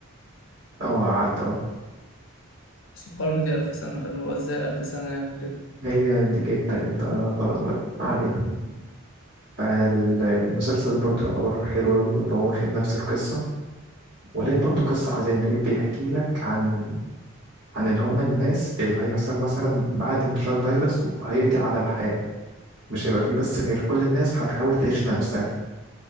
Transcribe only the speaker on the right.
اه عقد اه
هي ديكيد ترجمتها غلط بقى ما علينا فالمسلسل برضه يعتبر حلو أوي واللي هو واخد نفس القصة وليه
برضه قصة حزينة ليه بيحكي لك عن عن اللي هم الناس اللي هيحصل مثلا بعد انتشار فيروس وهيقضي على الحياة مش هيبقى فيه بس غير كل الناس هتحاول تعيش نفسها